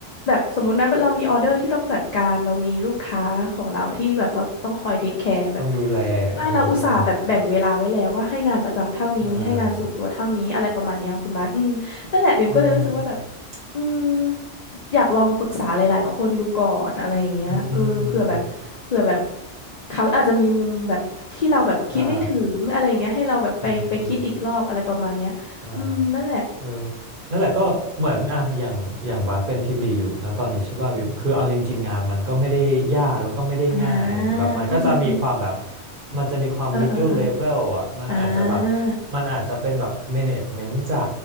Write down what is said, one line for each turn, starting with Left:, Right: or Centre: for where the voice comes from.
Left: แบบสมมุตินะเรามีออเดอร์ที่ต้องจัดการเรามีลูกค้าของเราที่แบบเราต้องคอยเทคแคร์แบบ
Right: ต้องดูแล
Left: ใช่เราอุตส่าห์แบบแบ่งเวลาไว้แล้วว่าให้งานประจำเท่านี้ให้งานส่วนตัวเท่านี้อะไรประมาณเนี้ยคุณบาสอืมนั่นแหละเบมก็เลยรู้สึกว่าแบบ
Right: เออ เออใช่อืม
Left: อืมอยากลองปรึกษาหลายๆคนดูก่อนอะไรอย่างเงี้ยเออเผื่อแบบเผื่อแบบ
Right: อืม อืมอืม
Left: เขาอาจจะมีมุมแบบที่เราแบบคิดไม่ถึงอะไรอย่างเงี้ยให้เราแบบไปไปคิดอีกรอบอะไรประมาณเนี้ยอืมนั่นแหละ
Right: ได้ เออเออ ได้เออนั่นแหละก็เหมือนอ่ะอย่างอย่างบาสเป็นทีมลีดอยู่นะตอนนี้ใช่ป่ะวิมคือเอาจริงๆงานมันก็ไม่ได้ยากแล้วก็ไม่ได้ง่ายแบบมันก็จะมีความแบบ
Left: อ่าอืมอืมอืม
Right: มันจะมีความ
Left: เออเออเออ
Right: middle level อ่ะมันอาจจะแบบ
Left: อ่า
Right: มันอาจจะเป็นแบบ management จ๋า